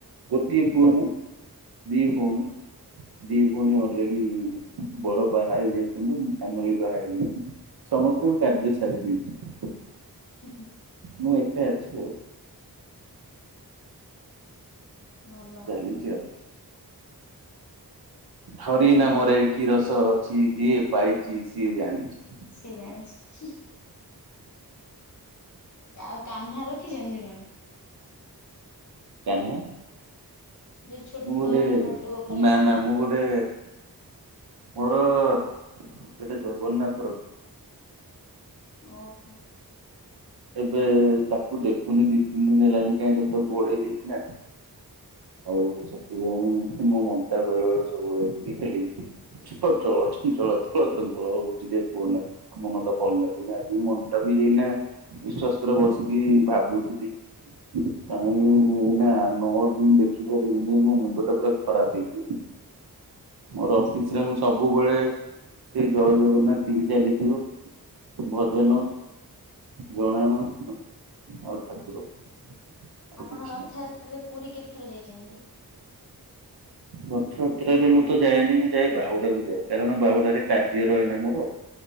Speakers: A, on the right; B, on the left.
A: ଗୋଟିଏ ପୁଅ ମୁଁ। ଦି ଭଉଣି।
B: ଓହୋ
A: ଦି ଭଉଣୀ ଅଲରେଡି ବଡ ବାହା ହେଇ ଯାଇଛନ୍ତି ସାନ ବି ବାହା ହେଇ ଯାଇଛନ୍ତି। ସମସ୍ତଙ୍କ କାର୍ଯ୍ୟ ସାରି ଦେଇଛି।
B: ହୁଁ ହୁଁ।
A: ମୁଁ ଏକା ଅଛି ବ
B: ଭଲ।
A: ନିଜ? ହରି ନାମରେ କି ରସ ଅଛି। ଯିଏ ପାଇଚି ସିଏ ଜାଣିଛି।
B: ସିଏ ଜାଣିଛି। ହିଁହିଁ। ଆଉ କାହ୍ନା ରଖିଛନ୍ତି କଣ?
A: କାହ୍ନା?
B: ଯୋଉ ଛୋଟ
A: ମୁଁ ଗୋଟେ
B: ଲଡୁ ଗୋପାଲ
A: ନା
B: ଆସନ୍ତି
A: ନା ମୁଁ ଗୋ ଗୋଟେ ମୋର ଗୋଟେ ଜଗନ୍ନାଥ ରଖ୍
B: ଓହୋ।
A: ଏବେ ତାକୁ ଦେଖୁନି ଦି ତିନି ଦିନ ହେଲାଣିି କାହିଁକ ତାକୁ ବୋଡେଇ ଦେଇଛି ନା। ଆଉ ସେଥି ପାଇଁ ମୋ ମନ୍‌ଟା ବେଳେ ସବୁବେଳେ ଏମିତି ଖାଲି ହେଉଥି ବୁଝିପାରୁଛ <unintelligible> କଅନା। ମନ ତ <unintelligible> ଆଜି ମନଟାକୁ ବି ଏଇନା ବିଶ୍ୱାସ କର ବସିକି ଭାବୁଥିଲି। କହିଁ ଏ ହିନା ନଅ ଦିନ ଦେଖିପାରିବିନି ମୋ ମୁଣ୍ଡ ଟା ପୁରା ଖରାପ ହେଇଯିବ। ମୋର ଅଫିସ୍‌ରେ ମୁଁ ସବୁବେଳେ ସେଇ ଜଅ ଜଗନ୍ନାଥ ଟି ଭି ଚାଲିଥିବ ଭଜନ
B: ଆଜ୍ଞା
A: ଜଣାନ। ଆଉ ଠାକୁର। ଆଉ
B: ଆପଣ
A: କିଛି
B: ରଥଯାତ୍ରାରେ
A: ନାହିଁ।
B: ପୁରୀ କେତେଥର ଯାଇଛନ୍ତି?
A: ରଥଯାତ୍ରାରେ ମୁଁ ତ ଯାଏନି। ମୁଁ ଯାଏ ବାହୁଡାକୁ ଯାଏ କାରଣ ବାହୁଡାରେ କାର୍ଯ୍ୟ ରହେ ନା ମୋର।